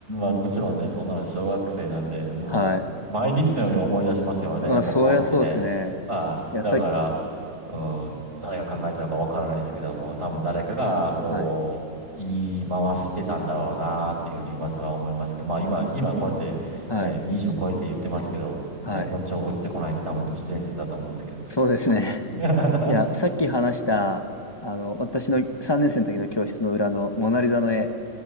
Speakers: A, on the right; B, on the left.
A: あ、もちろんね、そんなの小学生なんで、もう、
B: は
A: 毎日のように思い出しますよね。
B: い。まあ、
A: やっぱ怖くてね。
B: そりゃそうですね。
A: はい。
B: いや、
A: だから、
B: さっき、
A: うん、誰が考えたのかわからないですけども、多分誰かが、こう、
B: はい。
A: 言い回してたんだろうなっていうふうに今更思いますけど、まあ今、今こうやってね、
B: はい。
A: 20超えて言ってますけど、ね、
B: はい。
A: 包丁落ちてこないんで多分都市伝説だと思うんですけど。
B: そうですね。
A: <laughs>
B: いや、さっき話した、あの、私の3年生の時の教室の裏のモナリザの絵。